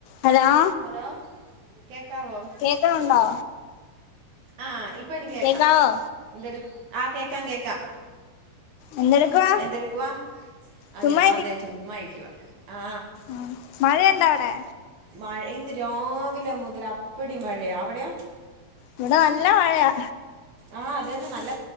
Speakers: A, on the left; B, on the right.
A: Hello
B: hello കേക്കാവോ
A: കേക്കണുണ്ടോ
B: ആ ഇപ്പൊ എനിക്ക്
A: കേക്കാവോ
B: കേക്കാം എന്തെടു ആ കേക്കാം കേക്കാം
A: എന്തെടുക്കുവാ
B: എന്തെടുക്കുവാ ആ
A: ചുമ്മാ
B: ഞാൻ ഇതേ ചുമ്മാ ഇരിക്കുവാ ആ
A: ഉം മഴ ഉണ്ടോ അവിടെ
B: മഴ ഇന്ന് രാവിലെ മുതൽ അപ്പടി മഴയാണ് അവിടെയോ
A: ഇവിടെ നല്ല മഴയാ
B: ആ അത് തന്നെ നല്ല